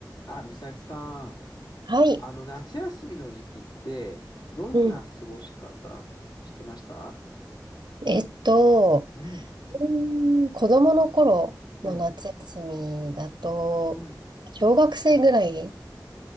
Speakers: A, on the left; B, on the right.
A: あ、美咲さん、
B: はい。
A: あの、夏休みの時期って、どんな過ごし方してました
B: うん。えっと、
A: うん、
B: うーん子供の頃の夏休みだと、
A: うん、うん、
B: 小学生ぐらい